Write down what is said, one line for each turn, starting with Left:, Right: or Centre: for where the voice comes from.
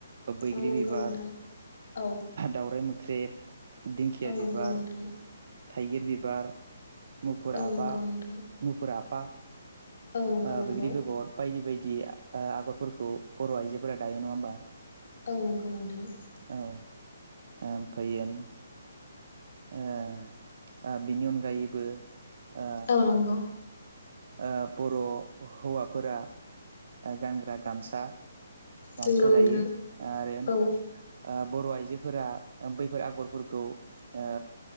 Right: ओ बैग्रि
Left: औ नंगौ
Right: बिबार,
Left: नोंथां औ
Right: दावराइ मोख्रेब, दिंखिया
Left: औ नंगौ
Right: बिबार
Left: नोंथां
Right: थाइगिर बिबार, मुफुर
Left: औ
Right: आफा,
Left: नंगौ नोंथां
Right: मुफुर आफा
Left: औ नंगौ
Right: ओ
Left: नंगौ
Right: बैग्रि बेगर बायदि बायदि ओ आगरफोरखौ बर' आइजोफोरा दायो नङा होमबा?
Left: औ, नंगौ नोंथां।
Right: औ, ओमफायोन ओ ओ बिनि अनगायैबो ओ
Left: औ, नंगौ।
Right: ओ बर' हौवाफोरा ओ गानग्रा गामसा गामसा
Left: नंगौ नोंथां
Right: दायो आरो
Left: औ
Right: ओ बर' आइजोफोरा ओ बैफोर आगरफोरखौ ओ